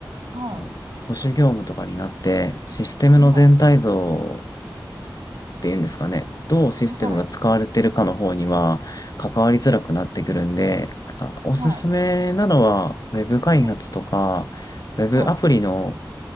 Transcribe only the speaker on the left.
あの保守業務とかになって、システムの全体像
ていうんですかね、どうシステムが使われてるかの方には関わりづらくなってくるんで、
なんかおすすめなのはウェブ開発とかウェブアプリの